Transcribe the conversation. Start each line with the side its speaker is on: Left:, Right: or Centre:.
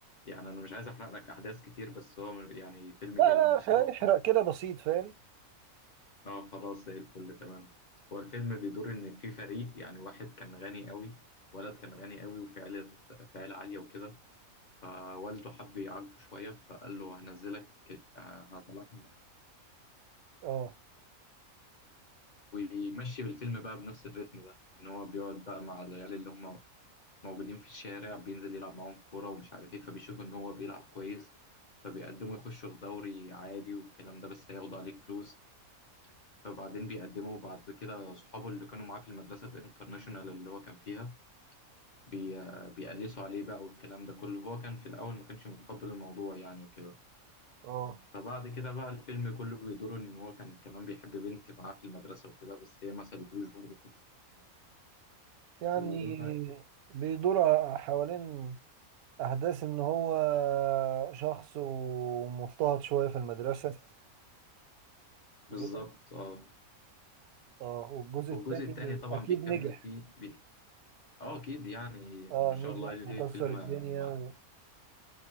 Left: يعني انا مش عايز احرق لك احداث كتير بس هو يعني فيلم
Right: لا
Left: جامد
Right: لا
Left: بصراحة
Right: يحرق يحرق كده بسيط فاهم
Left: اه خلاص زي الفل تمام هو الفيلم بيدور ان في فريق يعني واحد كان غني قوي ولد كان غني قوي وفي عيلة في عيلة عالية وكده فوالده حب يعاقبه شوية فقال له هنزلك آه، هطلعك من المدرسة
Right: اه
Left: ويمشي بالفيلم بقى بنفس الريتم ده إن هو بيقعد بقى مع العيال اللي هم موجودين في الشارع بينزل يلعب معاهم كورة ومش عارف إيه فبيشوفوا إن هو بيلعب كويس فبيقدموا يخشوا في دوري عادي والكلام ده بس هياخدوا عليك فلوس فبعدين بيقدموا بعد كده صحابه اللي كانوا معاه في المدرسة الانترناشونال اللي هو كان فيها بي... بيقلسوا عليه بقى والكلام ده كله هو كان في الأول ما كانش متقبل الموضوع يعني وكده
Right: اه
Left: فبعد كده بقى الفيلم كله بيدور ان هو كان كمان بيحب بنت معاه في المدرسة وكده بس هي ما سابتهوش برضه فضلت معاه
Right: يعني
Left: الموضوع بقى إيه؟
Right: بيدور حوالين احداث ان هو شخص ومضطهد شويه في المدرسه وكده
Left: بالظبط اه
Right: اه والجزء
Left: والجزء
Right: الثاني
Left: التاني طبعا
Right: اكيد
Left: بيكمل
Right: نجح
Left: فيه بي... اه اكيد يعني
Right: اه
Left: ما شاء
Right: نجح
Left: الله ليه
Right: وكسر
Left: الفيلم
Right: الدنيا
Left: مع
Right: و...